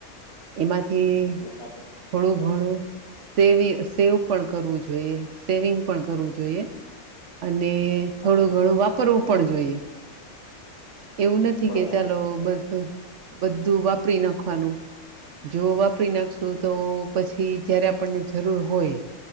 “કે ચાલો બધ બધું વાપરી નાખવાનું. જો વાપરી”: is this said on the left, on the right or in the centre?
Right